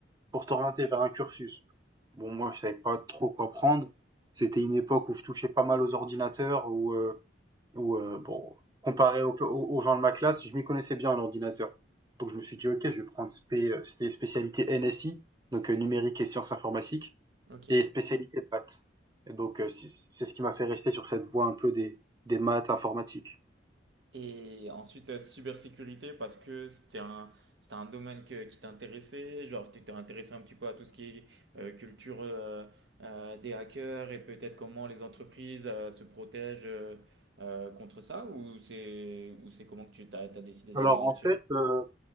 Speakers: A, on the right; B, on the right.
A: pour t'orienter vers un cursus. Bon, moi, je savais pas trop quoi prendre. C'était une époque où je touchais pas mal aux ordinateurs, où, euh, où euh, bon, comparé au- au- aux gens de ma classe, je m'y connaissais bien en ordinateur. Donc, je me suis dit, ok, je vais prendre spé- euh, c'était spécialité NSI, donc euh, numérique et sciences informatiques,
B: Ok.
A: et spécialité maths. Et donc, euh, c'est c'est ce qui m'a fait rester sur cette voie un peu des, des maths informatiques.
B: Et ensuite, euh, cybersécurité, parce que c'était un, c'était un domaine que- qui t'intéressait, genre tu étais intéressé un petit peu à tout ce qui est euh, culture euh, euh, des hackers et peut-être comment les entreprises euh, se protègent euh, euh, contre ça, ou c'est ou c'est comment que tu t'as, t'as décidé d'aller
A: Alors,
B: là-dessus?
A: en fait, euh,